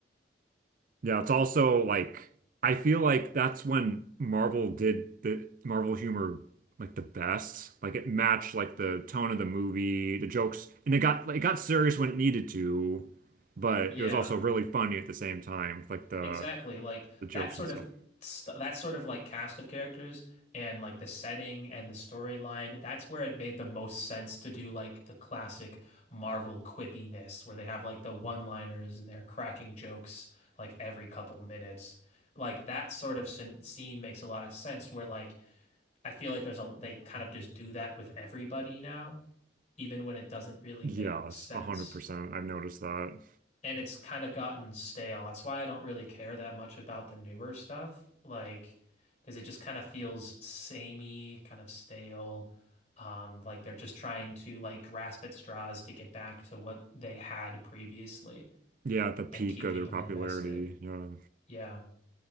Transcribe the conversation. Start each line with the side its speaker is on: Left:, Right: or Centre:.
Right: yeah. It's also like I feel like that's when Marvel did the Marvel humor like the best. Like it matched like the tone of the movie, the jokes, and it got like, it got serious when it needed to, but
Left: Yeah.
Right: it was also really funny at the same time. Like the
Left: Exactly. Like
Right: the jokes
Left: that sort
Right: and stuff.
Left: of st that sort of like cast of characters and like the setting and the storyline, that's where it made the most sense to do like the classic Marvel quippiness where they have like the one-liners and they're cracking jokes like every couple minutes. Like that sort of scen- scene makes a lot of sense where like I feel like there's a they kind of just do that with everybody now, even when it doesn't really
Right: Yes,
Left: make sense
Right: 100%. I've noticed that.
Left: and it's kind of gotten stale. That's why I don't really care that much about the newer stuff, like because it just kind of feels samey, kind of stale. Um, like they're just trying to like grasp at straws to get back to what they had previously
Right: Yeah, at the peak
Left: and keep
Right: of
Left: people
Right: their popularity.
Left: invested.
Right: Yeah.
Left: Yeah.